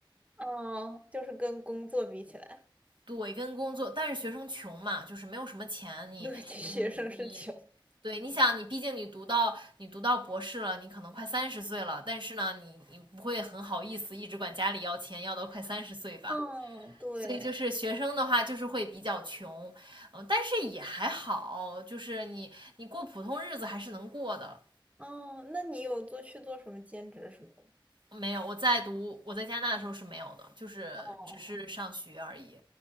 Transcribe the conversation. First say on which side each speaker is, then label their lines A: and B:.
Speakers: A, on the right; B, on the right.
A: 哦，就是跟工作比起来，
B: 对，跟工作，但是学生穷嘛，就是没有什么钱，你
A: 对，其实学生是穷。
B: 你对，你想你毕竟你读到你读到博士了，你可能快三十岁了，但是呢，你你不会很好意思一直管家里要钱，要到快三十岁吧。
A: 嗯，对，
B: 所以就是学生的话，就是会比较穷，嗯，但是也还好，就是你你过普通日子还是能过的。
A: 哦，那你有做去做什么兼职什么的
B: 没有，我在读我在加拿大的时候是没有的，就是只是上学而已，
A: 吗哦，